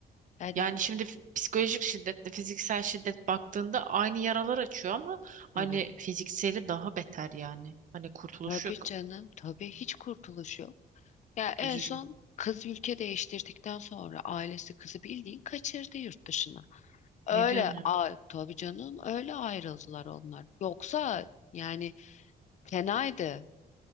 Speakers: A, on the left (about 45°); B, on the right (about 50°).
A: Yani
B: Yani şimdi f- psikolojik şiddetle fiziksel şiddet baktığında aynı yaralar açıyor ama
A: tabii.
B: hani fizikseli daha beter yani. Hani kurtuluş
A: Tabii
B: yok.
A: canım. Tabii hiç kurtuluş yok. Ya en
B: Üzücü.
A: son kız ülke değiştirdikten sonra ailesi kızı bildiğin kaçırdı yurt dışına. Öyle
B: Ne diyorsun ya?
A: a tabii canım öyle ayrıldılar onlar. Yoksa yani fenaydı.